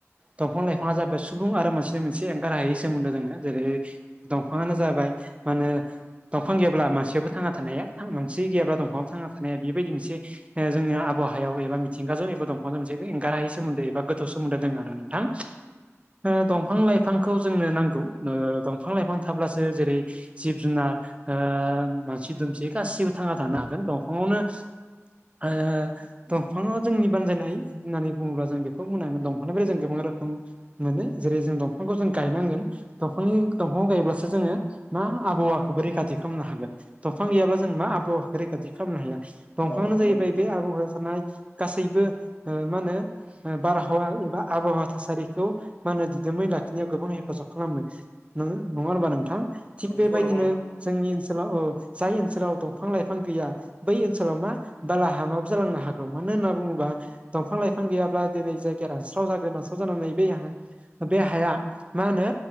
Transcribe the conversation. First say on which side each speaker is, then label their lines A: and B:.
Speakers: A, on the right; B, on the left.
A: दंफां लाइफाङा जाबाय सुबुं आरो मानसिनि मोनसे एंगार हायै सोमोन्दो दंङ'। जेरै दंफाङानो जाबाय मा होनो दंफां गैयाब्ला मानसियाबो थांना थानोहाया। मोनसे गैयाब्ला दंफांङाव थांना थानाया बेबायदि मोनसे ओ जोंनि आबहावायाव एबा मिथिंगाजों एबा दंफांजों मोनसे एंगारहायि सोमोनदो एबा गोथौ सोमोन्दो दङ आरो नोंथां। ओ दंफां लाइफांखौ जोंनो नांगौ। ओ दंफां लाइफां थाब्लासो जेरै, जिब जुनार ओ मानसि दुमसि गासिबो थांना थानो हागोन दंफांआव नो ओ दंफाङा जोंनि बानजायनाय होननानै बुङोब्ला जों बेखौ बुंनांगोन दंफांनिफ्राय जों गोबां रोखोम माने जेरै जों दंफांखौ जों गायनांगोन दंफांनि दंफां गायोब्लासो जोङो मा आबहावाखौबो रैखाथि खालामनो हागोन दंफां गैयाब्ला जों मा आबहावाखौ रैखाथि खालामनो हाया। दंफाङआानो
B: औ नंगौ
A: जाहैबाय
B: नोंथां
A: बे आबहावा गासैबो मा होनो बारहावा एबा आबहावा थासारिखौ मा होनो दिदोमै लाखिनायाव गोबां हेफाजाब खालामो। नङा होमबा नोंथां थिग
B: औ
A: बेबायदिनो
B: नंगौ नंगौ नोंथां
A: जोंनि ओनसोलाव औ जाय ओनसोलाव दंफां लाइफां बिफां गैया बै ओनसोलाव मा बालाहा माबो जालांनो हागौ। मानो होनना बुङोबा दंफां लाइफां गैयाब्ला दिनै जायगाया रानस्राव जागोन रानस्राव जानानै बै बे हाया मा होनो।